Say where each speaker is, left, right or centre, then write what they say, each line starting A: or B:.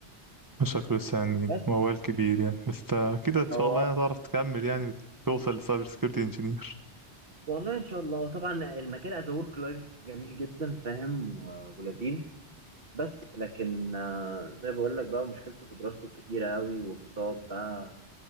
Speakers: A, on the right (about 20°); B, on the right (about 55°).
A: شكله لسه يعني
B: بس
A: موال كبير يعني بس تا- كده ان شاء
B: هو
A: الله يعني هتعرف تكمل يعني وتوصل لسايبر سكيورتي انجينير
B: والله ان شاء الله طبعا المجال از ورك لايف جميل جدا فاهم و- ولذيذ بس لكن آه، زي بقول لك بقى مشكلته في دراسته كتيرة قوي وبتقعد بقى